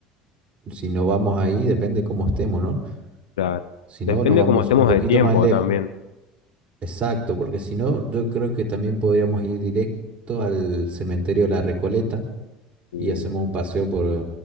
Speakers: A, on the right (about 40°); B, on the left (about 80°).
A: si no vamos ahí, depende cómo estemos, ¿no?
B: Claro.
A: Si
B: Depende
A: no, nos vamos
B: cómo estemos
A: un poquito
B: de tiempo
A: más lejos
B: también.
A: Exacto, porque si no, yo creo que también podríamos ir directo al cementerio de la Recoleta y
B: Mm,
A: hacemos un paseo por, eh,